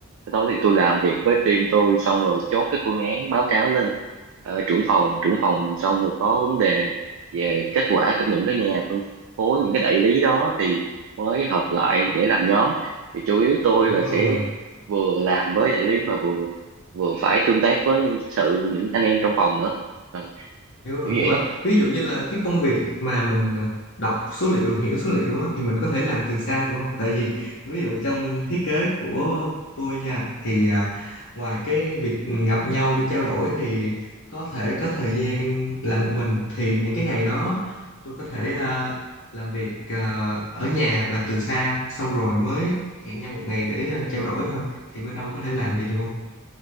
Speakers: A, on the right (about 65°); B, on the left (about 55°).
A: sau đó thì tôi làm việc với team tôi xong rồi chốt cái phương án báo cáo lên ờ, trưởng phòng trưởng phòng xong rồi có vấn đề về kết quả của những cái nhà phân phối những cái đại lý đó thì mới hợp lại để làm nhóm thì chủ yếu tôi
B: hiểu
A: là
B: rồi
A: sẽ vừa làm với đại lý mà vừa vừa phải tương tác với nhân sự những anh em trong phòng nữa Ờ,
B: hiểu rồi
A: kiểu vậy
B: nhưng mà
A: đó
B: ví dụ như là cái công việc mà mình à, đọc số liệu hiểu số liệu á, thì mình có thể làm từ xa được không tại vì ví dụ trong thiết kế của tôi nha thì à, ngoài cái việc gặp nhau để trao đổi thì có thể có thời gian làm một mình thì những cái ngày đó tôi có thể à, làm việc à, ở nhà làm từ xa xong rồi mới hẹn nhau một ngày để à, trao đổi thôi thì bên ông có thể làm vậy được không